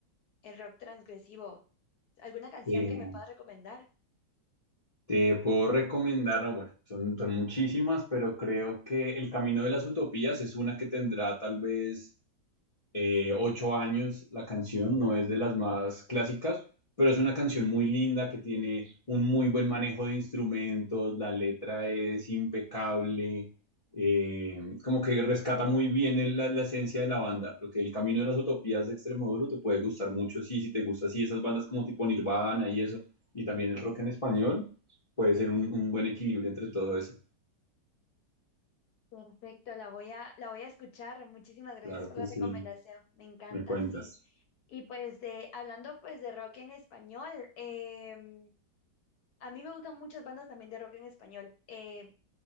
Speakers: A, on the left; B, on the left.
A: el rock transgresivo. ¿Alguna canción
B: Eh,
A: que me puedas recomendar?
B: te puedo recomendar, no, bueno, son, son muchísimas, pero creo que El Camino de las Utopías es una que tendrá tal vez eh, ocho años la canción, no es de las más clásicas, pero es una canción muy linda que tiene un muy buen manejo de instrumentos, la letra es impecable, eh, como que rescata muy bien el- la, la esencia de la banda. Lo que el Camino de las Utopías de Extremoduro te puede gustar mucho, sí, si te gusta así esas bandas como tipo Nirvana y eso, y también el rock en español, puede ser un, un buen equilibrio entre todo eso.
A: Perfecto, la voy a, la voy a escuchar. Muchísimas gracias
B: Claro
A: por
B: que
A: la
B: sí,
A: recomendación. Me encanta,
B: me cuentas.
A: sí. Y pues de, hablando pues de rock en español, eh, a mí me gustan muchas bandas también de rock en español. Eh,